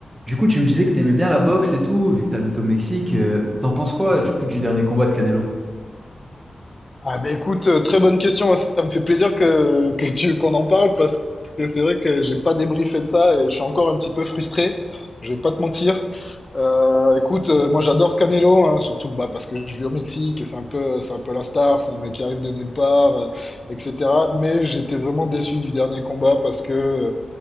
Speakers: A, on the right; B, on the left.
A: Du coup, tu me disais que t'aimais bien la boxe et tout, vu que t'habites au Mexique. euh, t'en penses quoi, du coup, du dernier combat de Canelo?
B: Ah ben écoute, euh, très bonne question. hein. Ça me fait plaisir que, que tu, qu'on en parle parce que c'est vrai que j'ai pas débriefé de ça et je suis encore un petit peu frustré. Je vais pas te mentir. Euh, écoute, euh, moi j'adore Canelo, hein, surtout bah, parce que je vis au Mexique et c'est un peu, c'est un peu la star, c'est un mec qui arrive de nulle part, euh, etc. Mais j'étais vraiment déçu du dernier combat parce que euh,